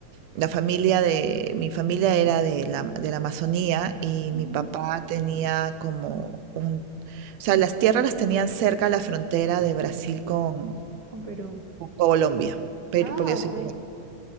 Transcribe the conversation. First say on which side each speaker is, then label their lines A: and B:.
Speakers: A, on the right; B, on the right.
A: la familia de, mi familia era de la, de la Amazonía y
B: ujú,
A: mi papá tenía como un, o sea, las tierras las tenían cerca a la frontera de Brasil con,
B: Con Perú.
A: con Colombia, pero,
B: Ah,
A: porque yo
B: ok.
A: soy